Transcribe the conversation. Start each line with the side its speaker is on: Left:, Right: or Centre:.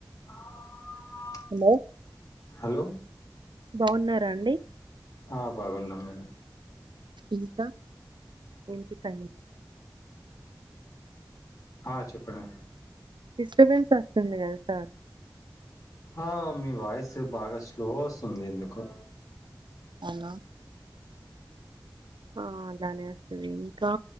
Left: ఆ
Right: hello
Left: hello
Right: బావున్నారా అండి
Left: ఆ బాగున్నాం మేడం
Right: ఇంకా ఏంటి సంగం
Left: ఆ చెప్పండి
Right: డిస్టర్బెన్స్ వస్తుంది కద సార్
Left: ఆ మి వాయిస్ బాగా స్లో వస్తుంది ఎందుకో
Right: అన్నా ఆ అలానే వస్తది ఇంకా